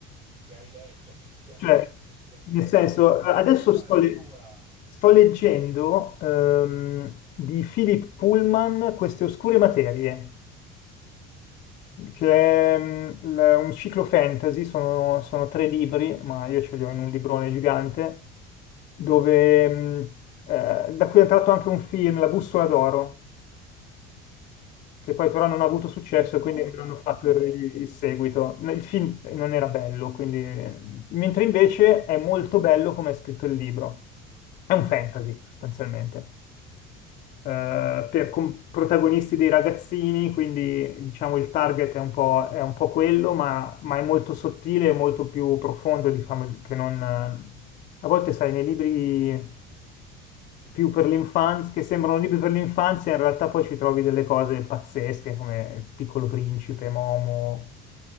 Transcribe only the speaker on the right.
che hai letto fisicamente
o non fisicamente,
cioè
la lettura
è la lettura.
No,
non.
ehm,